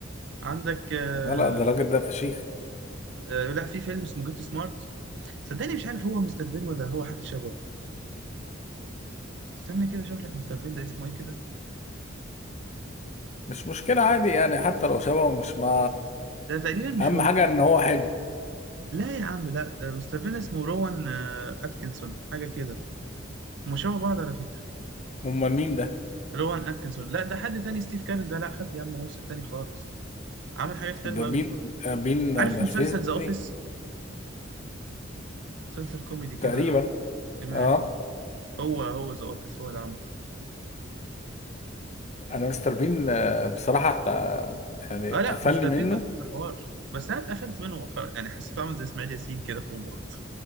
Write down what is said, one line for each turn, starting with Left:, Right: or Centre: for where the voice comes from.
Right: عندك آه
Left: هلا ده الراجل ده فشيخ
Right: آه لا في فيلم اسمه جيت سمارت صدقني مش عارف هو مستر بين ولا هو حد شبهه استنى كده اشوف لك مستر بين ده اسمه ايه كده
Left: مش مشكله عادي يعني حتى لو شبهه مش ما
Right: ده تقريبا مش
Left: اهم
Right: هو
Left: حاجه ان هو حلو
Right: لا يا عم لا آه، مستر بين اسمه روان آه، اتكنسون حاجه كده هما شبه بعض على فكره
Left: امال مين ده
Right: روان اتكنسون لا ده حد تاني ستيف كارل ده لا حد يا عم هو تاني خالص عامل حاجات حلوه
Left: ده بين
Right: قوي برضه
Left: آه، بين نرفزني
Right: عارف مسلسل ذا اوفيس مسلسل كوميدي كده
Left: تقريبا
Right: اجتماعي
Left: اه
Right: كوميدي هو هو ذا اوفيس هو اللي عامله
Left: انا مستر بين آه، بصراحه آه، يعني
Right: اه
Left: قفلني
Right: لا مستر
Left: منه
Right: بين ده ده حوار بس انا اتقفلت منه مؤخرا يعني حسيته عامل زي اسماعيل ياسين كده في اوقات